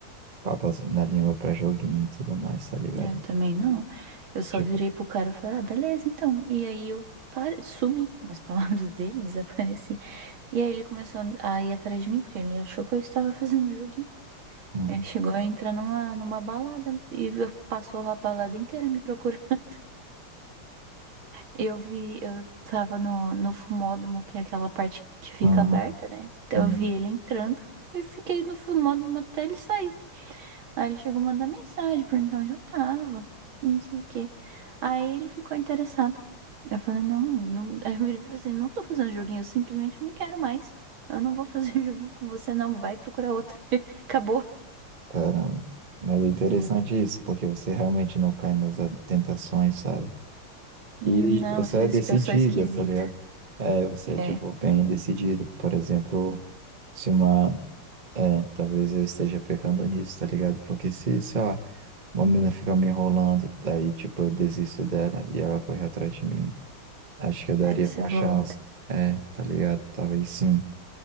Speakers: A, on the right (about 25°); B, on the right (about 65°).
A: papas na língua pra joguinho e tudo mais, tá ligado?
B: Eu também não. Eu só
A: Tipo,
B: virei pro cara e falei, ah, beleza, então. E aí eu pare... sumi, nas palavras <laughs> dele, desapareci. E aí ele começou a a ir atrás de mim, porque ele achou que eu estava fazendo joguinho.
A: hum,
B: Ele chegou a entrar numa, numa balada e passou a balada inteira me procurando. <laughs> Eu vi, eu tava no, no fumódromo, que é aquela parte que fica
A: uhum,
B: aberta, né? Então
A: uhum,
B: eu vi ele entrando. Eu fiquei no fumódromo até ele sair. Aí ele chegou a mandar mensagem perguntando onde eu tava, não sei o quê. Aí ele ficou interessado. Eu falei, não, não. <laughs> Aí eu virei e falei assim, não tô fazendo joguinho, eu simplesmente não quero mais. Eu não vou fazer <laughs> joguinho com você, não. Vai procurar outro. <laughs> Acabou.
A: caramba. Mas é interessante
B: Ah,
A: isso, porque você realmente não cai nas tentações, sabe?
B: Não,
A: E você
B: eu sou,
A: é
B: es-
A: decidida,
B: eu sou esquisita.
A: tá ligado? É, você é,
B: É.
A: tipo, bem decidida. Por exemplo, se uma. É, talvez eu esteja pecando nisso, tá ligado? Porque se, sei lá, uma mina fica me enrolando, aí, tipo, eu desisto dela e ela corre atrás de mim. Acho que eu daria
B: Aí você
A: uma
B: volta.
A: chance. É, tá ligado? Talvez sim.